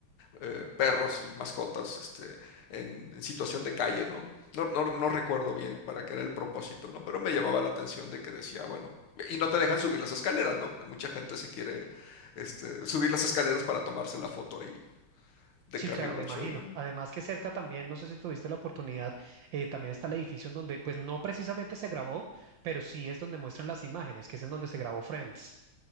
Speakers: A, on the left (about 85°); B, on the right (about 70°).
A: eh, perros y mascotas, este, en, en situación de calle, ¿no? No, no, no recuerdo bien para qué era el propósito, ¿no? Pero me llamaba la atención de que decía, bueno, y no te dejan subir las escaleras, ¿no? Porque mucha gente se quiere, este, subir las escaleras para tomarse la foto ahí de
B: Sí,
A: Carrie
B: claro,
A: Bradshaw,
B: me imagino.
A: ¿no?
B: Además que cerca también, no sé si tuviste la oportunidad, eh, también está el edificio en donde, pues no precisamente se grabó, pero sí es donde muestran las imágenes, que es en donde se grabó Friends.